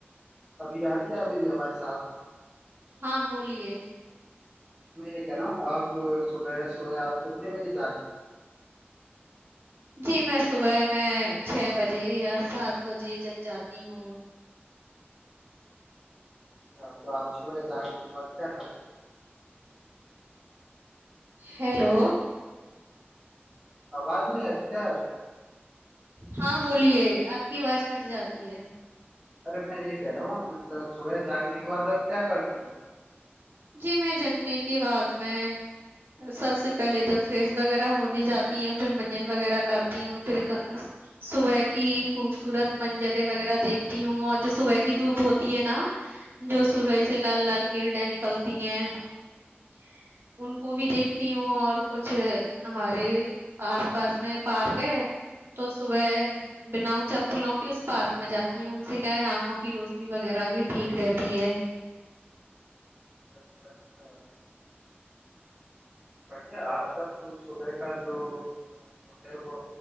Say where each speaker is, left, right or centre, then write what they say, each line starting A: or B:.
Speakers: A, on the right; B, on the right.
A: ابھی یار کیا میری ہمارے صاحب
B: ہاں بولیے
A: میں یہ کہ ن آپ صبح صبح آپ گھومنے بجے جاتی
B: جی میں صبح میں چھ بجے یا سات بجے جگ جاتی ہوں
A: اچھا تو آپ صبح جائیں گے کے بات کیا کرتے ہو
B: ہیلو
A: آواز نہیں آ رہی کیا ہے
B: ہاں بولیے آپ کی آواز کٹ جاتی ہے
A: ارے میں یہ کہہ رہا ہوں مطلب صبح جھاگنے کے بعد اب کیا کرتی ہو
B: جی میں جگنے کے بعد میں سب سے پہلے تو فریس وغیرہ ہونے جاتی ہ پھر منجن وغیرہ کرتی ہوں پھر صبح کی خوبصورت منجریں وغیرہ دیکھتی ہوں اور جو صبح کی دھوپ ہوتی ہے نا جو سورج سے لال لال کرڑے نکلتی ان کو بھی دیکھتی ہوں اور کچھ ہمارے آس پاس میں پارک ہے تو صبح بنا چپلوں کی اس پارک میں جاتی ہوں ان سے کیا ہے آنکھوں کی روشنی وغیرہ بھی ٹھیک رہتی ہے
A: اچھا اچھا بڑھیا آپ کا صبح کا جو ہے وہ